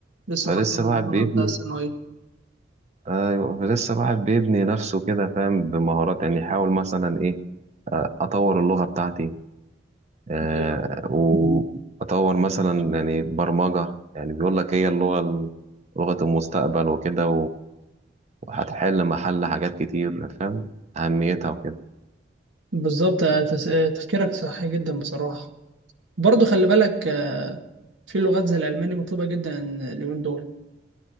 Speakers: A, on the right (about 90°); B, on the right (about 35°).
A: لسه
B: فلسه
A: خلصان من
B: الواحد
A: الجامعة
B: بيبني
A: بتاع الثانوية
B: ايوه فلسه الواحد بيبني نفسه كده فاهم بمهارات يعني يحاول مثلا ايه آه، اطور اللغة بتاعتي آه،
A: أيوه
B: واطور مثلا يعني برمجة يعني بيقول لك هي اللغة لغة المستقبل وكده وهتحل محل حاجات كتير فاهم أهميتها وكده
A: بالظبط آه، تس- آه، تفكيرك صحيح جدا بصراحة برضو خلي بالك آه، في لغات زي الألماني مطلوبة جدا اليومين دول